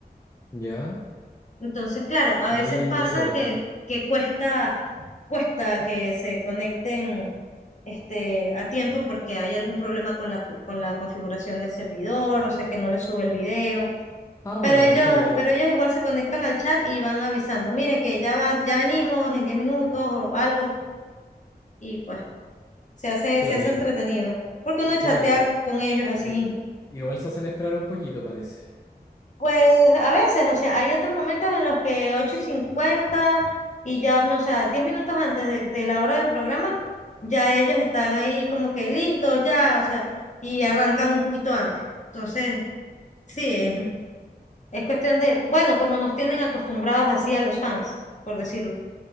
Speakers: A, on the left; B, on the left.
A: ya.
B: Entonces, claro, a
A: Y
B: veces
A: ahí,
B: pasa
A: y ahí lo dejan.
B: que, que cuesta, cuesta que se conecten este, a tiempo porque hay algún problema con la, co- con la configuración del servidor, o sea que no les sube el video.
A: Ah,
B: Pero
A: bueno,
B: ellos,
A: sí, eh,
B: pero ellos igual se conectan al chat y van avisando, miren que ya, va- ya venimos en 10 minutos o algo, y pues se hace,
A: claro,
B: se hace
A: eh,
B: entretenido. Porque uno
A: eh,
B: chatea
A: claro. pe-
B: con ellos así
A: i- Igual se hacen esperar un poquito, parece.
B: Pues a veces, o sea, hay otros momentos en los que ocho y cincuenta y ya uno, o sea, 10 minutos antes de, de la hora del programa, ya ellos están ahí como que listos ya, o sea, y arrancan un poquito antes. Entonces, sí, es, es cuestión de, bueno, como nos tienen acostumbrados así a los fans, por decirlo.